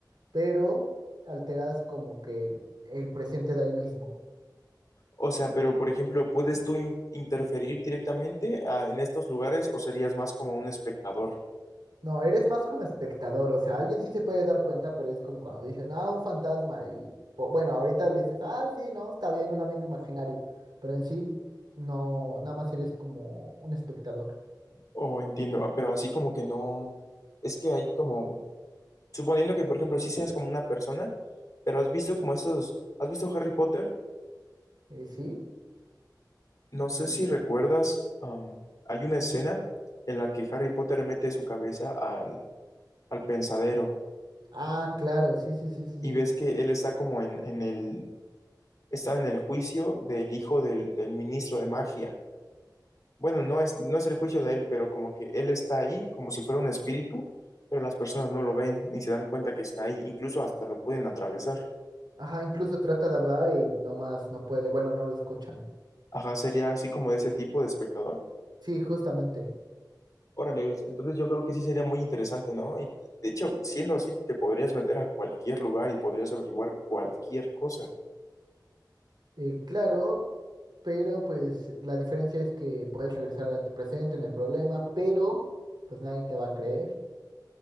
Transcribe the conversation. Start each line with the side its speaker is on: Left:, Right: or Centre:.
Right: pero alteras como que el el presente de ahí mismo.
Left: o sea, pero por ejemplo, ¿puedes tú in- interferir directamente ah, en estos lugares o serías más como un espectador?
Right: No, eres más como espectador, o sea, alguien sí se puede dar cuenta, pero es como cuando dicen, ah, un fantasma, y po- bueno, ahorita le dices, ah, sí, no, está bien, un amigo imaginario, pero en sí, no, nada más eres como un espectador,
Left: Oh, entiendo, ah, pero así como que no, es que hay como, suponiendo que por ejemplo sí seas como una persona, pero has visto como estos, ¿has visto Harry Potter?
Right: Eh, ¿sí?
Left: No
Right: Eh,
Left: sé si recuerdas, am, hay una escena en la que Harry Potter mete su cabeza al, al pensadero
Right: ah, claro, sí, sí, sí, sí,
Left: y
Right: sí.
Left: ves que él está como en, en el, está en el juicio del hijo del del ministro de magia. Bueno, no es, no es el juicio de él, pero como que él está ahí como si fuera un espíritu, pero las personas no lo ven ni se dan cuenta que está ahí, incluso hasta lo pueden atravesar.
Right: Ajá, incluso trata de hablar y no más no puede, bueno, no lo escuchan.
Left: Ajá, sería así como de ese tipo de espectador.
Right: Sí, justamente.
Left: Órale, entonces yo creo que sí sería muy interesante, ¿no? Y de hecho, siendo así, te podrías meter a cualquier lugar y podrías averiguar cualquier cosa.
Right: Eh, claro, pero pues la diferencia es que puedes regresar a tu presente, no hay problema, pero pues nadie te va a creer.